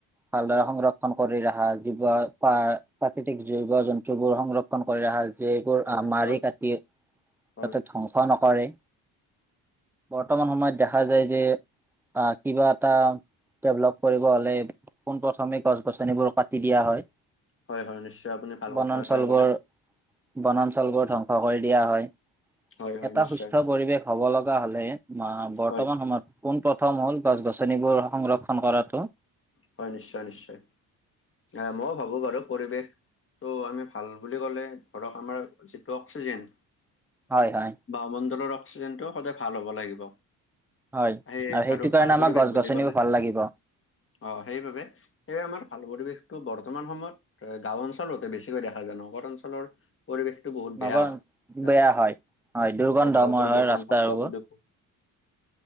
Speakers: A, in the centre; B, on the left.
A: ভালদৰে সংৰক্ষণ কৰি ৰখা জীৱ প্ৰাকৃতিক জীৱ জন্তুবোৰ সংৰক্ষ ণ কৰি ৰাখা যিবোৰ
B: নিশ্চয়
A: মাৰি কাটি যাতে
B: হয়
A: ধ্বংস নকৰে। বৰ্তমান সময়ত দেখা যায় যে আহ কিবা এটা ডেভলপ কৰিব হ'লে পোনপ্ৰথমে গছ গছনিবোৰ কাটি দিয়া হয়।
B: হয় হয় নিশ্চয় আপুনি ভাল
A: বনাঞ্চলবোৰ
B: কথা এটাই ক'লে।
A: বনাঞ্চলবোৰ ধ্বংস কৰি দিয়া হয়।
B: হয় হয়
A: এটা
B: নিশ্চয়
A: সুস্থ পৰিৱেশ হ'ব লগা হ'লে বৰ্তমান
B: হয়
A: সময়ত পোনপ্ৰথম হ'ল গছ-গছনিবোৰ সংৰক্ষণ কৰাটো
B: হয় নিশ্চয়, নিশ্চয়, আ মই ভাবো বাৰু পৰিৱেশ ত' আমি ভাল বুলি ক'লে ধৰক আমাৰ যিটো অক্সিজেন
A: হয় হয়।
B: মণ্ডলৰ অক্সিজেনটো সদায় ভাল হ'ব লাগিব
A: হয়
B: সেয়ে
A: সেইটো
B: আৰু
A: কাৰণে
B: ভাল
A: আমাক
B: পৰিৱেশ
A: গছ
B: বুলি
A: গছনিবোৰ
B: ক'লে
A: ভাল লাগিব।
B: অ সেইবাবে সেয়ে আমাৰ ভাল পৰিৱেশটো বৰ্তমান সময়ত গাঁও অঞ্চলতে বেছিকৈ দেখা যায় নগৰ অঞ্চলৰ পৰিৱেশটো বহুত
A: নগৰ
B: বেয়া হয় কাৰণ
A: বেয়া হয় হয় দুৰ্গন্ধময়
B: কাৰোবাৰ ওপৰত
A: হয়
B: ভীষণ
A: ৰাস্তাবোৰ
B: শব্দ প্ৰদূষণ